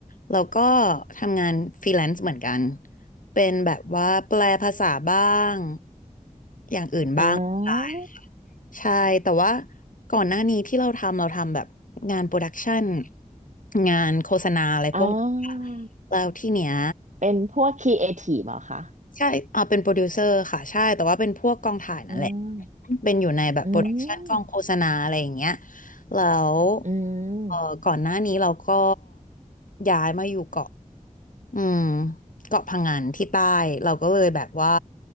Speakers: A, on the left; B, on the right.
A: แล้วก็ทำงานฟรีแลนซ์เหมือนกัน เป็นแบบว่าแปลภาษาบ้าง อย่างอื่นบ้างออนไลน์
B: อ่า
A: ใช่ แต่ว่าก่อนหน้านี้ที่เราทำเราทำแบบงานโปรดักชันงานโฆษณาอะไรพวกนี้ค่ะ
B: อ่า
A: แล้วที่เนี้ย
B: เป็นพวกครีเอทีฟเหรอคะ
A: ใช่อ่าเป็นโปรดิวเซอร์ค่ะ ใช่ แต่ว่าเป็นพวกกองถ่ายนั่นแหละ
B: อืม
A: เป็นอยู่ในแบบโปรดักชันกองโฆษณาอะไรอย่างเงี้ย
B: อืม
A: แล้ว
B: อืม
A: เออก่อนหน้านี้เราก็ย้ายมาอยู่เกาะ อืมเกาะพังงานที่ใต้เราก็เลยแบบว่า